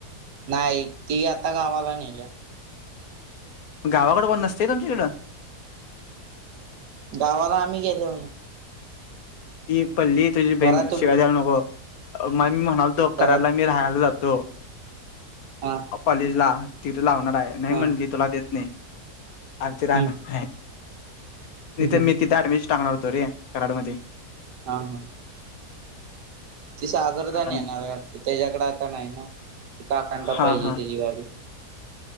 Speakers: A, on the right (about 85°); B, on the left (about 65°).
A: नाही ती आता गावाला नेल्या
B: गावाकडे नसते तुमच्याकडं
A: गावाला आम्ही गेलो हो
B: ही पल्ली तुझी बहीण
A: घरात उभी-
B: शिवाय द्याला नको मझ मी म्हणाल दो कराला
A: घरात
B: मी राहायला जातो
A: हा
B: कॉलेज ला तिथे लावणार आहे नाही
A: हा
B: म्हणटली तुला देत नाही अग
A: हम्म
B: ते राह नाथे
A: हम्म, हम्म.
B: मी तिथे अऍडमिशन टाकणार होतो रे कराड मध्ये
A: हा हा ती सागरदान
B: आता
A: येणार त्याच्याकडे आता नाही ना ती काकांना पाहिजे
B: हा हा
A: त्याची गाडी